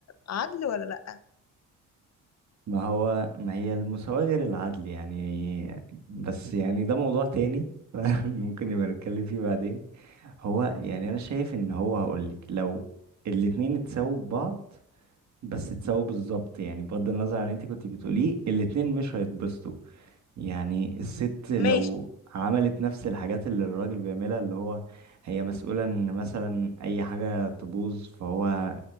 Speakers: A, on the left (about 55°); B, on the right (about 60°).
A: عدل ولا لا
B: ما هو ما هي المساواة غير العدل يعني بس يعني ده موضوع تاني <laughs> ممكن نبقى نتكلم فيه بعدين هو يعني انا شايف ان هو هقولك لو الاتنين اتساووا ببعض بس اتساووا بالظبط يعني بغض النظر عن اللي انت كنت بتقوليه الاتنين مش هيتبسطوا يعني الست لو
A: ماشي
B: عملت نفس الحاجات اللي الراجل بيعملها اللي هو هي مسؤولة ان مثلا اي حاجة تبوظ فهو